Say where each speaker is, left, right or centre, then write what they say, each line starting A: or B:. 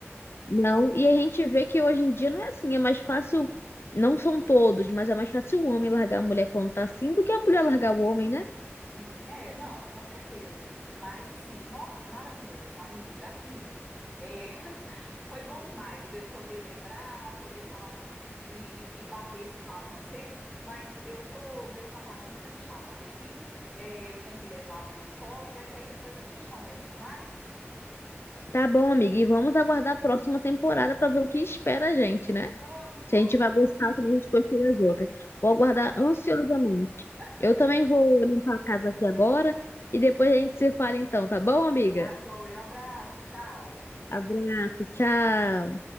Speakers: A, on the left (about 55°); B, on the left (about 15°).
A: Não, e a gente vê que hoje em dia não é assim, é mais fácil, não são todos, mas é mais fácil o homem largar a mulher quando tá assim do que a mulher largar o homem, né?
B: Sim, é, não, com certeza. Mas assim, nó, maravilhoso, amiga, aqui. É, <laughs> foi bom demais eu poder lembrar, poder falar disso tudo e, e- e bater esse papo com você, mas eu tô, meu rapazinho tá me chamando aqui, é, eu tenho que levá-lo na escola, mas aí depois a gente conversa mais.
A: Tá bom, amiga, e vamos aguardar a próxima temporada pra ver o que espera a gente, né?
B: Vamos,
A: Se
B: nossa,
A: a gente vai
B: tô,
A: gostar, também a gente gostou das outras. Vou
B: tô
A: aguardar
B: ansiosa.
A: ansiosamente.
B: <laughs>
A: Eu também vou limpar a casa aqui agora e depois a gente se fala então, tá bom, amiga?
B: Tá joia, um abraço, tchau.
A: Abraço, tchau.